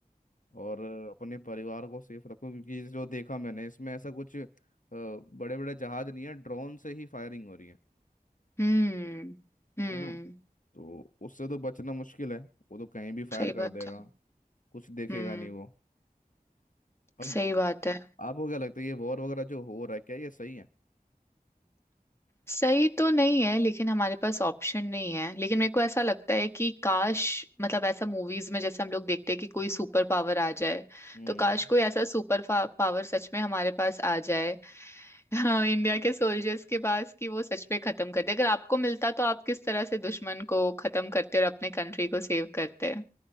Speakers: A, on the left (about 55°); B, on the left (about 15°).
A: और अपने परिवार को सेफ रखूं क्योंकि जो देखा मैंने इसमें ऐसा कुछ बड़े बड़े जहाज नहीं है ड्रोन से ही फायरिंग हो रही है
B: हम्म हम्म हम्म,
A: है ना तो उससे तो बचना मुश्किल है वो तो कहीं भी फायर
B: सही
A: कर
B: बात
A: देगा
B: है
A: कुछ देखेगा
B: हम्म
A: नहीं वो अब
B: सही बात है
A: आपको क्या लगता है ये वॉर वगैरह जो हो रहा है क्या ये सही है
B: सही तो नहीं है लेकिन हमारे पास ऑप्शन नहीं है लेकिन मेरे को ऐसा लगता है कि काश मतलब ऐसा मूवीज में जैसे हम लोग देखते हैं कि कोई सुपर पावर आ जाए
A: हम्म
B: तो काश कोई ऐसा सुपर पावर सच में हमारे पास आ जाए <laughs> हाँ, इंडिया के सोल्जर्स के पास कि वो सच में खत्म कर दे अगर आपको मिलता तो आप किस तरह से दुश्मन को खत्म करते और अपने कंट्री को सेव करते